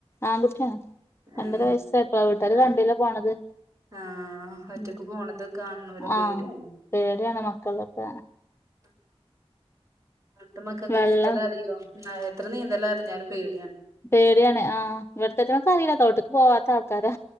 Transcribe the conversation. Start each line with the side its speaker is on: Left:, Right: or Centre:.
Left: ആൺകുട്ടിയാണ് രണ്ടര
Right: ഏഹ്
Left: വയസ്സായിട്ടോ വീട്ടാര്
Right: ആഹ്
Left: കണ്ടില്ല പോണത്
Right: ആഹ് ഒറ്റക്ക്
Left: ഉം
Right: പോണത് കാണുന്ന വര് പേടിയാണ്
Left: ആഹ് പേടിയാണ് മക്കളൊക്കെ
Right: ആഹ് ഇവിടുത്തെ മക്കൾക്ക്
Left: വെള്ളം
Right: നീന്തല അറീലോ എത്ര നീന്തല അറിഞ്ഞാലും പേടി
Left: പേടിയാണ് ആഇവിടത്തെറ്റങ്ങൾ ക്ക് അറിയില്ല തോട്ട്ക്ക് പോവാത്ത ആൾക്കാരാ